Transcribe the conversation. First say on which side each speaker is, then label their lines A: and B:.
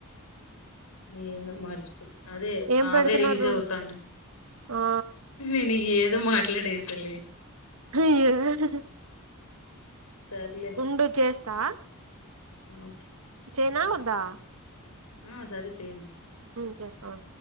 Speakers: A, on the left (about 85°); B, on the right (about 65°).
A: ఏందో మార్చే అదే
B: ఏం
A: ఆవే
B: పెడుతున్నారు
A: రీల్సే వస్తాండయి
B: ఆ
A: నేను ఏ ఏదో మాట్లాడే శాలే
B: అయ్యో <unintelligible>
A: సర్లే
B: ఉండు చేస్తా
A: ఓకే
B: చేయినా వదా
A: ఆ సరే చేయి
B: ఏం చేస్తాం